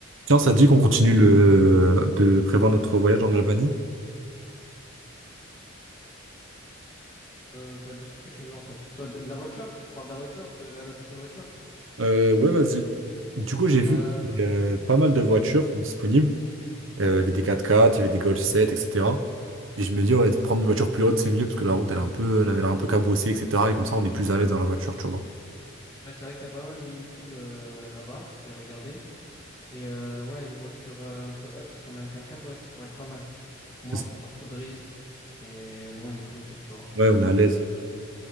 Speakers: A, on the right (about 80°); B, on the left (about 25°).
A: Tiens, ça te dit qu'on continue le... de prévoir notre voyage en Albanie?
B: Euh, bah, de ce que tu veux en fait. Soit de, de la voiture, on parle de la voiture, de la location de voiture.
A: Euh, ouais, vas-y. Du coup, j'ai vu
B: Euh,
A: qu'il y avait euh, pas mal de voitures disponibles. Euh, il y avait des 4x4, il y avait des Golf 7, etc. Et je me dis, ouais, de prendre une voiture plus haute, c'est mieux parce que la route, elle, est un peu... elle avait l'air un peu cabossée, etc. Et comme ça, on est plus à l'aise dans la voiture, tu vois.
B: ouais, c'est vrai qu'il y a pas mal de nids de poules euh, là-bas, j'ai regardé. Et euh, ouais, une voiture euh, un peu haute, comme un 4x4, ouais, ça pourrait être pas mal. Au
A: C'est
B: moins,
A: ça.
B: on prend pas trop de risques et au moins, on est tranquille, tu vois.
A: Ouais, on est à l'aise.